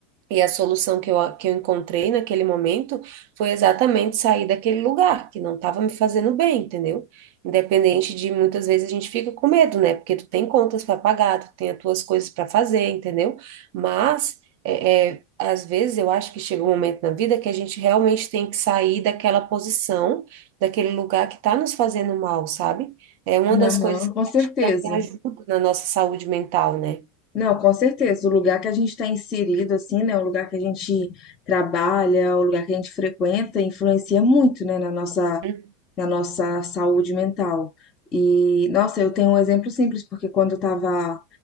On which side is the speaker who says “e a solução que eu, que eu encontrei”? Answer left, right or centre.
Right